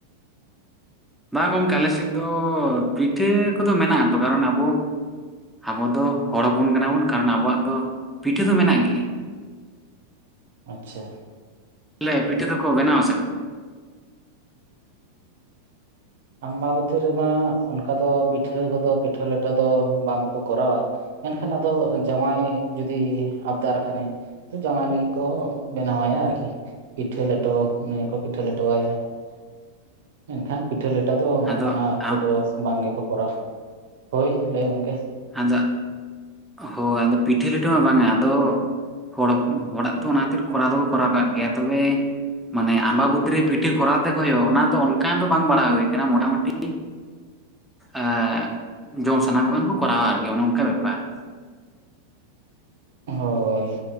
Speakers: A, in the centre; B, on the right.
A: ᱵᱟᱝ ᱜᱚᱝᱠᱮ ᱟᱞᱮ ᱥᱮᱫ ᱫᱚ ᱯᱤᱴᱷᱟᱹ ᱠᱚᱫᱚ ᱢᱮᱱᱟᱜ ᱟᱛᱚ ᱠᱟᱨᱚᱱ ᱟᱵᱚ ᱟᱵᱚ ᱫᱚ ᱦᱚᱲ ᱦᱚᱯᱚᱱ ᱠᱟᱱᱟ ᱵᱚᱱ, ᱠᱟᱨᱚᱱ ᱟᱵᱚᱣᱟᱜ ᱫᱚ ᱯᱤᱴᱷᱟᱹ ᱫᱚ ᱢᱮᱱᱟᱜ ᱜᱮᱭᱟ ᱾
B: ᱟᱪᱪᱷᱟ
A: ᱛᱟᱦᱮᱞᱮ ᱯᱤᱴᱷᱟᱹ ᱫᱚᱠᱚ ᱵᱮᱱᱟᱣᱟ ᱥᱮ ᱵᱟᱝ?
B: ᱟᱢᱵᱟᱵᱚᱛᱤ ᱨᱮᱢᱟ ᱚᱱᱠᱟ ᱫᱚ ᱯᱤᱴᱷᱟᱹ ᱠᱚᱫᱚ ᱯᱤᱴᱷᱟᱹ ᱞᱮᱴᱚ ᱫᱚ ᱵᱟᱝᱠᱚ ᱠᱚᱨᱟᱣᱟ ᱾ ᱢᱮᱱᱠᱷᱟᱱ ᱟᱫᱚ ᱡᱟᱶᱟᱭ ᱡᱩᱫᱤ ᱟᱵᱫᱟᱨ ᱠᱷᱟᱱᱮ ᱡᱟᱶᱟᱭ ᱞᱟᱹᱜᱤᱫ ᱠᱚ ᱵᱮᱱᱟᱣ ᱟᱭᱟ ᱟᱨᱠᱤ ᱾ ᱯᱤᱴᱷᱟᱹ ᱞᱮᱴᱚ ᱩᱱᱤ ᱜᱮᱠᱚ ᱯᱤᱴᱷᱟᱹ ᱞᱮᱴᱚ ᱟᱭᱟ ᱾ ᱢᱮᱱᱠᱷᱟᱱ ᱯᱤᱴᱷᱟᱹ ᱞᱮᱴᱟ ᱫᱚ
A: ᱟᱫᱚ
B: ᱚᱱᱟ ᱚᱠᱛᱚ
A: ᱟᱢ
B: ᱫᱚ ᱵᱟᱝ ᱜᱮᱠᱚ ᱠᱚᱨᱟᱣᱟ ᱾ ᱦᱚᱭ ᱞᱟᱹᱭ ᱜᱚᱢᱠᱮ
A: ᱟᱡᱟᱜ ᱦᱚᱭ ᱟᱫᱚ ᱯᱤᱴᱷᱟᱹ ᱞᱮᱴᱚ ᱢᱟ ᱵᱟᱝᱟ᱾ ᱟᱫᱚ ᱦᱚᱲ ᱦᱚᱲᱟᱜ ᱫᱚ ᱚᱱᱟ ᱠᱷᱟᱹᱛᱤᱨ ᱠᱚᱨᱟᱣ ᱫᱚᱠᱚ ᱠᱚᱨᱟᱣ ᱠᱟᱜ ᱜᱮᱭᱟ᱾ ᱛᱚᱵᱮ ᱢᱟᱱᱮ ᱟᱢᱵᱟᱵᱚᱛᱤ ᱨᱮ ᱯᱤᱴᱷᱟᱹ ᱠᱚᱨᱟᱣ ᱛᱮᱠᱚ ᱦᱩᱭᱩᱜᱼᱟ ᱚᱱᱟ ᱫᱚ ᱚᱱᱠᱟ ᱫᱚ ᱵᱟᱝ ᱵᱟᱲᱟ ᱦᱩᱭ ᱟᱠᱟᱱᱟ᱾ ᱢᱚᱴᱟ-ᱢᱩᱴᱤ ᱟᱻ ᱡᱮᱢᱚᱱ ᱥᱟᱱᱟ ᱠᱚ ᱠᱷᱟᱱ ᱠᱚ ᱠᱚᱨᱟᱣᱟ ᱟᱨᱠᱤ ᱾ᱚᱱᱮ ᱚᱱᱠᱟ ᱵᱮᱯᱟᱨ ᱾
B: ᱦᱚᱭ ᱾